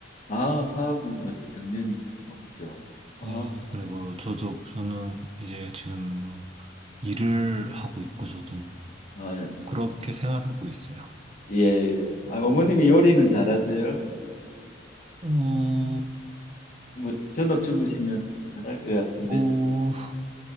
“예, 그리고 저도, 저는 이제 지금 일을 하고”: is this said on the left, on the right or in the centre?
Right